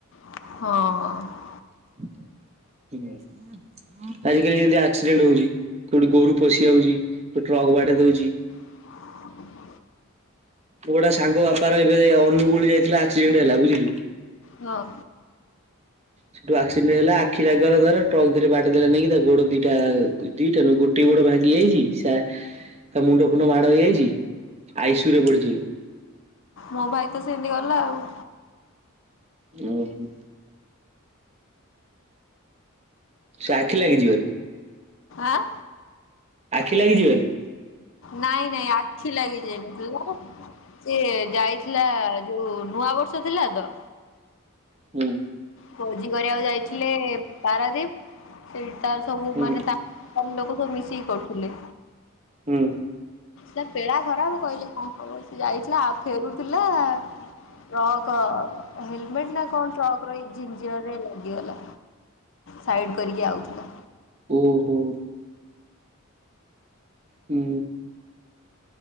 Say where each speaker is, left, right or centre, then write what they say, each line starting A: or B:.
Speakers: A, on the left; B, on the right.
A: ହଁ
B: <inaudible> ଆଜିିକାଲି ଯେମିତି ଆକ୍ସିଡେଣ୍ଟ ହଉଛି। କୋଉଠି ଗୋରୁ ପଶି ଯାଉଛି ଟ୍ରକ୍ ବାଡେଇ ଦଉଛି।
A: <inaudible>
B: ମୋ ଗୋଟେ ସାଙ୍ଗ ବାପାର ଏବେ ଏ ଅନୁଗୁଳି ଯାଇଥିଲା ଆକ୍ସିଡେଣ୍ଟ ହେଲା ବୁଝିଲୁ।
A: ହଁ।
B: ସେଠୁ ଆକ୍ସିଡେଣ୍ଟ ହେଲା ଆଖି ଲାଗିଗଲା ଧର ଟ୍ରକ୍ ଧୀରେ ବଡେଇଦେଲା ନେଇକି ତା ଗୋଡ ଦିଇଟା ଆ ଦିଇଟା ନୁହ ଗୋଟିଏ ଗୋଡ ଭାଙ୍ଗି ଯାଇଛି ସା ତା ମୁଣ୍ଡ ଫୁଣ୍ଡ ମାଡ଼ ହେଇଯାଇଛି ଆଇସିୟୁରେ ପଡିଛିି ଏବେ।
A: ମୋ ଭାଇ ତ ସେମିତି ଗଲା ଆଉ।
B: ଓହୋ। ସେ ଆଖି ଲାଗିଯିବାରୁ?
A: ଆଁ
B: ଆଖି ଲାଗିଯିବାରୁ।
A: ନାଇଁ ନାଇଁ ଆଖି ଲାଗିଯାଇନି ତୁ ସେ ଯାଇଥିଲା, ଯୋଉ ନୂଆ ବର୍ଷ ଥିଲା ତ।
B: ହୁଁ।
A: ଭୋଜି କରିବାକୁ ଯାଇଥିଲେ ପାରାଦ୍ଵୀପ ସେଟା ସବୁ
B: ହୁଁ
A: ମାନେ ତାଙ୍କ ଲୋକ ସବୁ ମିଶିକି କରୁଥିଲେ।
B: ହୁଁ।
A: ତା ବେଳା ଖରାପ କହିଲେ କଣ କହିବ ହବ। ସେ ଯାଇଥିଲା ଆଉ ଫେରୁଥିଲା। ଟ୍ରକ୍ ହେଲମେଟ ନା କଣ ଟ୍ରକର ଏଇ ଝିନ୍ଜୀୟର ଲାଗିଗଲା। ସାଇଡ କରିକି ଆଉଥିଲା।
B: ଓ ହୋ। ହୁଁ।